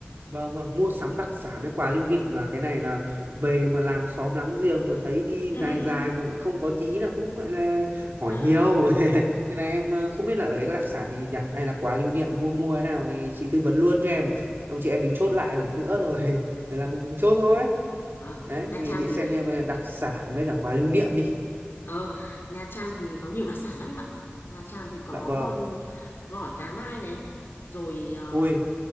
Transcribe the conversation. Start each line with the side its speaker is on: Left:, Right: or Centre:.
Right: Vâng vâng, mua sắm đặc sản với quà lưu niệm là cái này là về mà làng xóm láng giềng mà thấy đi
Left: <laughs>
Right: dài dài mà không có tí là cũng gọi là hỏi
Left: Đó.
Right: nhiều. <laughs> Nên là em ờ, không biết là ở đấy có đặc sản gì nhỉ hay là quà lưu niệm mua mua thế nào thì chị tư vấn luôn cho em. Ông chị em mình chốt lại lần nữa rồi <laughs> rồi là mình chốt thôi.
Left: Đó.
Right: Đấy,
Left: Nha
Right: thì
Left: Trang
Right: chị
Left: thì
Right: xem em ờ, đặc sản với cả quà lưu niệm đi.
Left: Ờ, Nha Trang thì có nhiều đặc sản lắm em ạ. Nha Trang thì có
Right: Dạ vâng.
Left: um, gỏi cá mai này, rồi ờ,
Right: Ui,